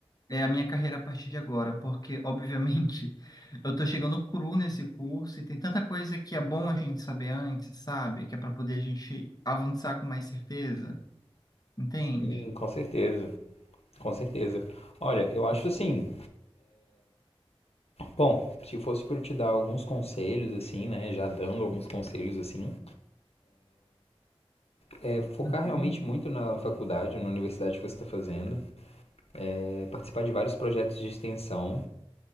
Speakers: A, on the left; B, on the left.
A: é a minha carreira a partir de agora, porque, obviamente, <laughs> eu tô chegando cru nesse curso e tem tanta coisa que é bom a gente saber antes, sabe? Que é para poder a gente avançar com mais certeza, entende?
B: Sim, com certeza, com certeza. Olha, eu acho assim, bom, se fosse para eu te dar alguns conselhos assim, né, já dando alguns conselhos assim, é focar
A: Uhum.
B: realmente muito na faculdade, na universidade que você está fazendo, é participar de vários projetos de extensão,